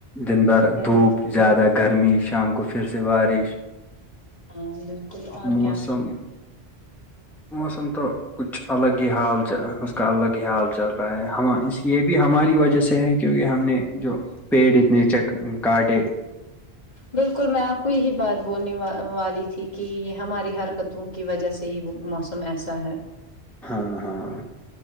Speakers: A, in the centre; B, on the left.
A: دن بھر
B: ہوں
A: دھوپ زیادہ گرمی شام کو پھر سے بارش
B: ہاں بالکل اور
A: موسم
B: کیا
A: موسم تو کچھ الگ ہی حالچ ا اس کا الگ حال چل رہا ہے ہم اس یہ بھی ہماری وجہ سے ہے کیونکہ ہم نے جو پیڑ اتنے چ کاٹے
B: بالکل میں آپ کو یہی بات بولنے والی تھی کہ یہ ہماری حرکتوں کی وجہ سے ہی وہ موسم ایسا ہے
A: ہاں ہاں